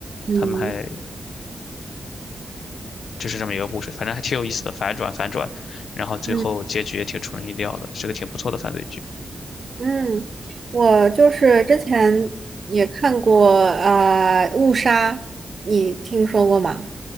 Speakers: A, on the right; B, on the left.
A: 嗯
B: 他们还就是这么一个故事，反正还挺有意思的，反转反转，然后最后结局也挺出人意料的，
A: 嗯
B: 是个挺不错的犯罪剧。
A: 嗯，我就是之前也看过啊，呃误杀》，你听说过吗？